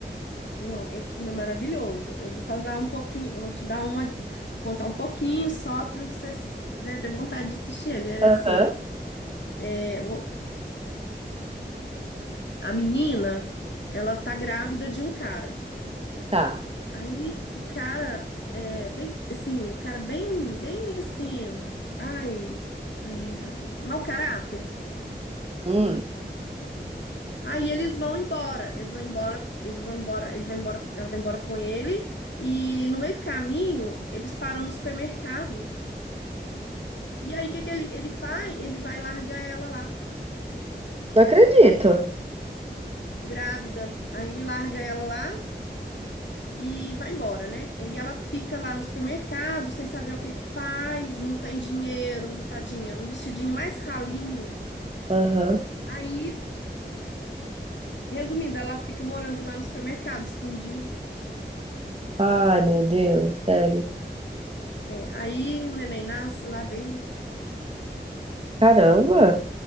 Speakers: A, on the left (about 85°); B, on the right (about 35°).
A: Não, esse filme é maravilhoso. Eu vou fazer um pouquinho, vou te dar uma, vou contar um pouquinho só para você, né, ter vontade de assistir ele. Ele
B: Aham,
A: é assim, é, o- a menina, ela tá grávida de um cara.
B: tá.
A: Aí o cara é bem, assim, um cara bem, bem assim, ai, é, mau caráter.
B: Hum,
A: Aí eles vão embora, eles vão embora, eles vão embora, ele vai embora, ela vai embora com ele. E no meio do caminho, eles param no supermercado. E aí, o que que ele, ele faz? Ele vai largar ela lá,
B: não acredito.
A: grávida. Aí ele larga ela lá e vai embora, né? E ela fica lá no supermercado, sem saber o que que faz, não tem dinheiro, não tadinha, um vestidinho mais ralinho.
B: Aham.
A: Aí, resumindo, ela fica morando lá no supermercado, escondido.
B: Ai, meu Deus, sério.
A: É, aí o neném nasce lá dentro.
B: Caramba,